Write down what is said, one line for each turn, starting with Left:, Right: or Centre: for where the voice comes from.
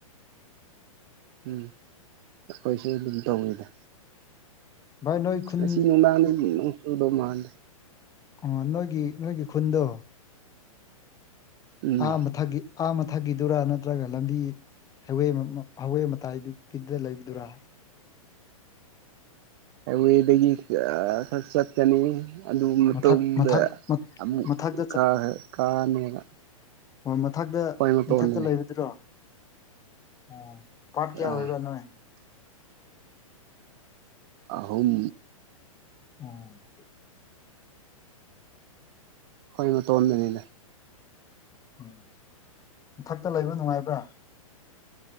Right: ꯎꯝ ꯑꯩꯈꯣꯏꯁꯨ ꯑꯗꯨꯝ ꯇꯧꯋꯤꯗ꯫
Left: ꯚꯥꯏ ꯅꯣꯏ ꯈꯨꯟ
Right: ꯉꯁꯤ ꯅꯨꯡꯗꯥꯡꯗꯗꯤ ꯅꯣꯡ ꯆꯨꯗꯧ ꯃꯥꯟꯗꯦ꯫
Left: ꯑꯣ ꯅꯣꯏꯒꯤ ꯅꯣꯏꯒꯤ ꯈꯨꯟꯗꯣ
Right: ꯎꯝ
Left: ꯑꯥ ꯃꯊꯛꯒꯤ ꯑꯥ ꯃꯊꯛꯒꯤꯗꯨꯔꯥ ꯅꯠꯇ꯭ꯔꯒ ꯂꯝꯕꯤ ꯍꯥꯏꯋꯦ ꯃꯞ ꯃꯞ ꯍꯥꯋꯦ ꯃꯇꯥꯏꯗꯨꯒꯤꯗ ꯂꯩꯕꯗꯨꯔꯥ
Right: ꯍꯥꯏꯋꯦꯗꯒꯤ ꯑ ꯈꯔ ꯆꯠꯀꯅꯤ ꯑꯗꯨ ꯃꯇꯨꯡꯗ
Left: ꯃꯊꯛ ꯃꯊꯛ
Right: ꯑꯃꯨꯛ
Left: ꯃꯊꯛꯇ ꯆꯠ
Right: ꯀ ꯀꯥꯅꯦꯕ
Left: ꯑꯣ ꯃꯊꯛꯗ
Right: ꯑꯩꯈꯣꯏ ꯃꯇꯣꯟꯗꯅꯦ
Left: ꯃꯊꯛꯇ ꯂꯩꯕꯗꯨꯔꯣ ꯑꯣ ꯄꯥꯠ ꯀꯌꯥ
Right: ꯑꯥ
Left: ꯑꯣꯏꯕꯔꯥ ꯅꯣꯏ
Right: ꯑꯍꯨꯝ
Left: ꯑꯣ
Right: ꯈꯣꯏ ꯃꯇꯣꯟꯗꯅꯤꯗ
Left: ꯎꯝ ꯃꯊꯛꯇ ꯂꯩꯕ ꯅꯨꯉꯥꯏꯕ꯭ꯔꯥ